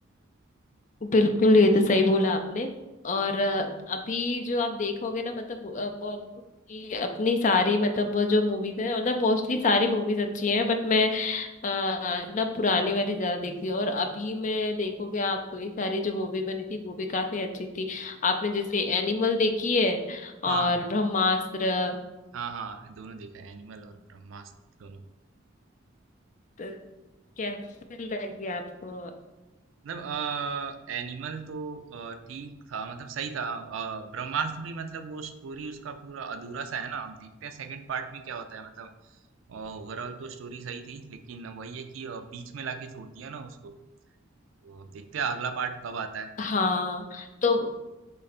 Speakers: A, on the left (about 40°); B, on the right (about 75°).
A: बिल्कुल ये तो सही बोला आपने और अ, अभी जो आप देखोगे ना मतलब अ, बॉलीवुड की अपनी सारी मतलब वो जो मूवीज है मतलब मोस्टली सारी मूवीज अच्छी हैं बट मैं अ, ना पुरानी वाली ज्यादा देखती हूँ और अभी मैं देखोगे आप तो ये सारी जो मूवी बनी थी वो भी काफी अच्छी थी आपने जैसे एनिमल देखी है और
B: हाँ
A: ब्रह्मास्त्र
B: हाँ हाँ दोनों देखा है एनिमल और ब्रह्मास्त्र दोनों
A: तो कैसे लगी आपको
B: मतलब अ, एनिमल तो अ, ठीक था मतलब सही था अ, ब्रह्मास्त्र भी मतलब वो स्टोरी उसका पूरा अधूरा सा है ना हम देखते हैं सेकंड पार्ट में क्या होता है मतलब ओवरऑल तो स्टोरी सही थी लेकिन वही है कि अ, बीच में लाके छोड़ दिया ना उसको तो अब देखते हैं अगला पार्ट कब आता है
A: हाँ तो